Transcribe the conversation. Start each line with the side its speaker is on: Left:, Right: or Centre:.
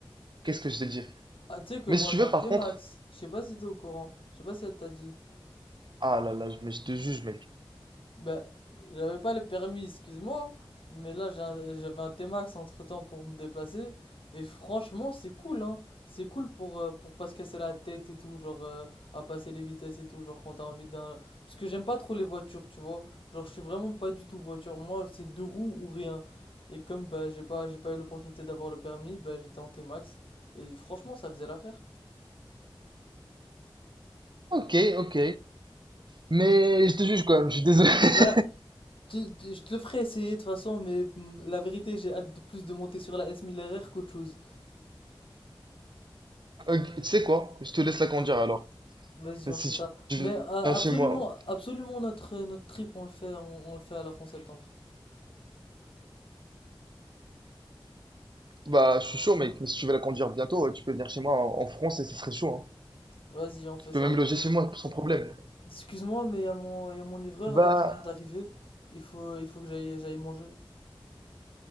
Right: qu'est-ce que je te dis
Left: Ah, tu sais que
Right: Mais
Left: moi,
Right: si tu
Left: j'ai
Right: veux,
Left: un
Right: par
Left: T-Max.
Right: contre.
Left: Je sais pas si t'es au courant. Je sais pas si elle t'a dit.
Right: Ah là là, mais je te juge, mec.
Left: ben j'avais pas le permis, excuse-moi, mais là j'ai un- j'avais un T-Max entre-temps pour me déplacer, et franchement c'est cool, hein. C'est cool pour, euh, pour pas se casser la tête et tout, genre euh, à passer les vitesses et tout, genre quand t'as envie d'un... Parce que j'aime pas trop les voitures, tu vois. Genre je suis vraiment pas du tout voiture, moi c'est deux roues ou rien. Et comme bah j'ai pas, j'ai pas eu l'opportunité d'avoir le permis, bah j'étais en T-Max, et franchement ça faisait l'affaire.
Right: Ok, ok. Mais je te juge quand même, je suis désolé. <laughs>
Left: Bah, tu- tu- je te le ferai essayer de toute façon, mais mm, la vérité j'ai hâte de plus de monter sur la S1000RR qu'autre chose.
Right: Ok, tu sais quoi? Je te laisse la conduire alors.
Left: Vas-y,
Right: Mais
Left: on
Right: si
Left: fait ça.
Right: tu
Left: Mais euh,
Right: viens
Left: absolument,
Right: chez moi,
Left: absolument notre euh, notre trip, on le fait, on, on le fait alors qu'en septembre.
Right: bah je suis chaud, mec. Mais si tu veux la conduire bientôt, tu peux venir chez moi en, en France et ce serait chaud. hein.
Left: Vas-y, on fait
Right: Tu peux
Left: ça.
Right: même loger chez moi sans problème.
Left: Excuse-moi, mais il y a mon, il y a mon livreur
Right: Bah,
Left: là qui vient d'arriver. Il faut, il faut que j'aille, j'aille manger.